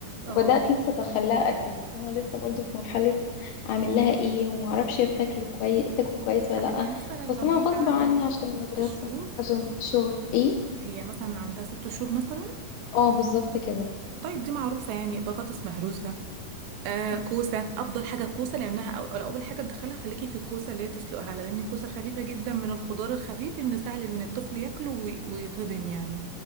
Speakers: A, on the right; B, on the left.
A: اه
B: وبدات
A: بيبي.
B: لسه ادخلها اكل فانا لسه برضو في مرحله اعمل لها ايه وما اعرفش هي بتاكل كويس تاكل كويس ولا
A: لا،
B: لا
A: هي مثلا
B: بس
A: لو
B: انا
A: هي
B: غصب
A: عدت
B: عني عشان المدرسه
A: بشهور
B: عشان الشغل ايه
A: هي مثلا عندها ست شهور مثلا
B: اه بالظبط كده
A: طيب دي معروفة يعني بطاطس مهروسة آه كوسة أفضل حاجة الكوسة لأنها أو أو أول حاجة تدخلها خليكي في الكوسة اللي هي تسلقها لأن الكوسة خفيفة جدا من الخضار الخفيف إن سهل إن الطفل ياكله وي- ويتهضم يعني